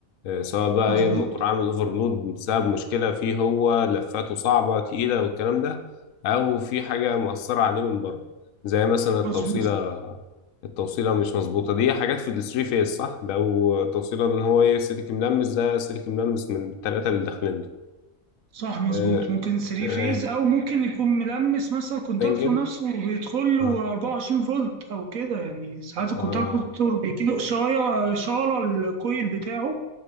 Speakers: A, on the left; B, on the right.
A: آه، سواء بقى
B: مظبوط
A: ايه الموتور عامل اوفرلود بسبب مشكلة فيه هو لفاته صعبة تقيلة والكلام ده او في حاجة مؤثرة عليه من بره زي مثلا التوصيلة
B: مظبوط
A: التوصيلة مش مظبوطة دي حاجات في الثري فيز صح لو توصيلة ان هو ايه سلك ملمس ده سلك ملمس من التلاتة اللي داخلين دول
B: صح مظبوط
A: آه،
B: ممكن 3
A: تمام
B: فيز او ممكن يكون ملمس مثلا الكونتاكتور
A: سنجل
B: نفسه بيدخل له
A: اه
B: 24 فولت او كده يعني ساعات الكونتاكتور
A: اه
B: بيجيله اشاره اشاره الكويل بتاعه